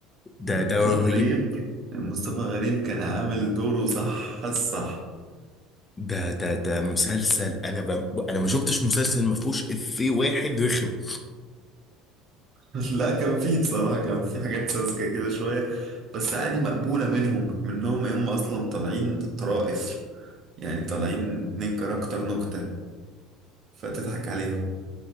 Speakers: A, on the left; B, on the right.
A: ده
B: مصطفى
A: ده رهيب
B: غريب مصطفى غريب كان عامل دوره صح الصح
A: ده ده ده مسلسل انا ب... انا ما شفتش مسلسل ما فيهوش افيه واحد رخم
B: <laughs> لا كان فيه بصراحة كان فيه حاجات ساذجة كده شوية بس عادي مقبولة منهم منهم هم اصلا طالعين طرائف يعني طالعين اتنين كاركتر نكتة فتضحك عليهم